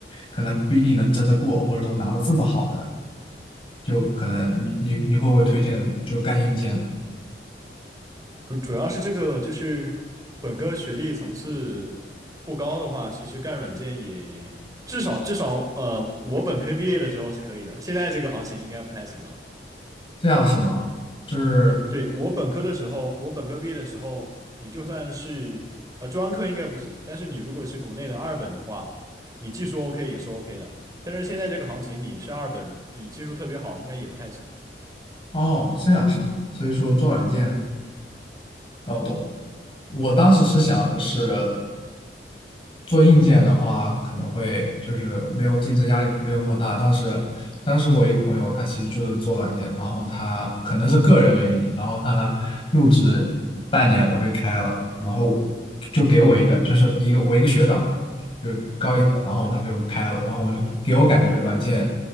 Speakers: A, on the left (about 30°); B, on the right (about 20°).
A: 可能不一定能争得过，或者说拿到这么好的。就可能你你你会不会推荐就干硬件的？
B: 主主要是这个就是本科学历层次不高的话，其实干软件也至少至少呃，我本科毕业的时候是可以的，现在这个行情应该不太行了。
A: 这样是吗？就是
B: 对，我本科的时候，我本科毕业的时候，你就算是呃专科应该不行，但是你如果是国内的二本的话，你技术 OK 也是 OK 的。但是现在这个行情，你是二本，你技术特别好，应该也不太行。
A: 哦，这样是吗？所以说做软件那我懂了。我当时是想的是，做硬件的话，可能会就是没有竞争压力没有那么大。当时，当时我一个朋友，他其实就是做软件，然后他可能是个人原因，然后他入职半年了被开了，然后就给我一个，就是一个我一个学长嘛，就是高一届，
B: 嗯嗯，
A: 然后他就开了，然后给我感觉软件。